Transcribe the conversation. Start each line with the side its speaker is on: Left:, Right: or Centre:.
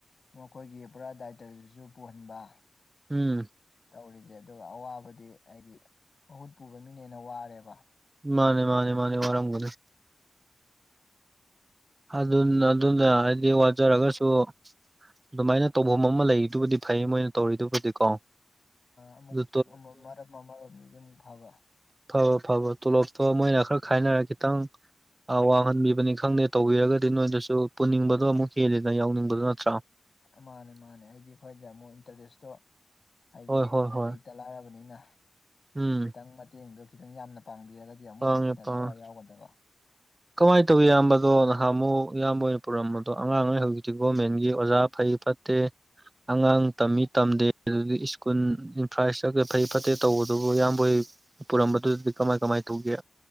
Left: ꯃꯈꯣꯏꯒꯤ ꯄꯨꯔꯥ ꯗꯥꯏꯇꯔꯗꯨꯁꯨ ꯄꯨꯍꯟꯕ
Right: ꯎꯝ
Left: ꯇꯧꯔꯤꯁꯦ ꯑꯗꯨꯒ ꯑꯋꯥꯕꯗꯤ ꯍꯥꯏꯗꯤ ꯃꯍꯨꯠ ꯄꯨꯕ ꯃꯤꯅ ꯍꯦꯅ ꯋꯥꯔꯦꯕ
Right: ꯃꯥꯅꯦ ꯃꯥꯅꯦ ꯃꯥꯅꯦ ꯋꯥꯔꯝꯒꯅꯤ ꯑꯗꯨ ꯑꯗꯨꯅ ꯍꯥꯏꯗꯤ ꯋꯥꯖꯔꯒꯁꯨ ꯑꯗꯨꯃꯥꯏꯅ ꯇꯧꯐꯝ ꯑꯃ ꯂꯩꯔꯤꯗꯨꯕꯨꯗꯤ ꯐꯩ ꯃꯣꯏꯅ ꯇꯧꯔꯤꯗꯨꯕꯨꯗꯤꯀꯣ
Left: ꯑꯃꯨꯛ
Right: ꯑꯗꯨ
Left: ꯑꯃ ꯃꯔꯝ ꯑꯃꯥꯔꯣꯝꯗꯗꯤ ꯑꯃꯨꯛ ꯐꯕ
Right: ꯐꯕꯣ ꯐꯕꯣ ꯇꯣꯂꯣꯞꯇꯣ ꯃꯣꯏꯅ ꯈꯔ ꯈꯥꯏꯅꯔ ꯈꯤꯇꯪ ꯑ ꯋꯥꯡꯍꯟꯕꯤꯕꯅꯤ ꯈꯪꯗꯦ ꯇꯧꯕꯤꯔꯒꯗꯤ ꯅꯣꯏꯗꯁꯨ ꯄꯨꯅꯤꯡꯕꯗꯣ ꯑꯃꯨꯛ ꯍꯦꯜꯂꯤꯦꯅ ꯌꯥꯎꯅꯤꯡꯕꯗꯣ ꯅꯠꯇ꯭ꯔꯥ
Left: ꯃꯥꯅꯦ ꯃꯥꯅꯦ ꯍꯥꯏꯗꯤ ꯑꯩꯈꯣꯏꯗ ꯑꯃꯨꯛ ꯏꯟꯇꯔꯦꯁꯇꯣ ꯍꯥꯏꯗꯤ
Right: ꯍꯣꯏ ꯍꯣꯏ ꯍꯣꯏ
Left: ꯂꯩ ꯇ ꯂꯥꯏꯔꯕꯅꯤꯅ
Right: ꯎꯝ
Left: ꯈꯤꯇꯪ ꯃꯇꯦꯡꯗꯣ ꯈꯤꯇꯪ ꯌꯥꯝꯅ ꯄꯥꯡꯕꯤꯔꯒ ꯗꯤ ꯑꯃꯨꯛ
Right: ꯄꯥꯡꯉꯦ
Left: ꯍꯦꯟꯅ
Right: ꯄꯥꯡꯉꯦ
Left: ꯊꯋꯥꯏ ꯌꯥꯎꯒꯗꯕ
Right: ꯀꯃꯥꯏꯅ ꯇꯧꯋꯤ ꯏꯌꯥꯝꯕꯗꯣ ꯅꯍꯥꯟ ꯃꯨꯛ ꯏꯌꯥꯝꯕ ꯍꯣꯏꯅ ꯄꯨꯔꯝꯕꯗꯣ ꯑꯉꯥꯡ ꯍꯧꯖꯤꯛꯇꯤ ꯒꯣꯔꯃꯦꯟꯒꯤ ꯑꯣꯖꯥ ꯐꯩ ꯐꯠ ꯇꯦ ꯑꯉꯥꯡ ꯇꯝꯃꯤ ꯇꯝꯗꯦ ꯑꯗꯨꯗꯒꯤ ꯁ꯭ꯀꯨꯜ ꯏꯟꯐ꯭ꯔꯥ ꯏꯁꯇ꯭ꯔꯛꯆꯔ ꯐꯩ ꯐꯠꯇꯦ ꯇꯧꯕꯗꯨꯕꯨ ꯏꯌꯥꯝꯕꯍꯣꯏ ꯄꯨꯔꯝꯕꯗꯨꯗꯤ ꯀꯃꯥꯏ ꯀꯃꯥꯏ ꯇꯧꯒꯦ